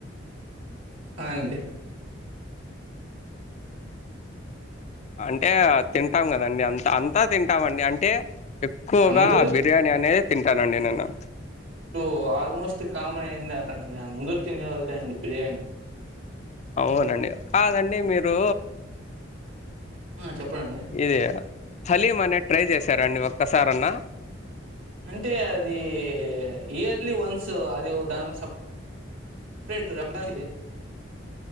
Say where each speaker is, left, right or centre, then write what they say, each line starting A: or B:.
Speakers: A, on the right; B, on the left.
A: ఆ అండి
B: అంటే తింటాం కదండి అంత అం త్త తింటామండి అంటే ఎక్కువగా
A: అందరూ
B: ఆ బిర్యానీ అనేది తింటానండి నేను
A: ఓ ఆల్మోస్ట్ కామన్ అయింది అదండి అందరుూ తినేవోళ్ళే అండి బిర్యానీ
B: అవునండి కాదండి మీరు
A: ఆ చెప్పండి
B: ఇది హలీమ్ అనేది ట్రై చేశారంండి ఒక్కసారన్నా
A: అంటే అది ఇయర్లీ వన్స్ అది దానికి సప్ ప్రేట్ <unintelligible>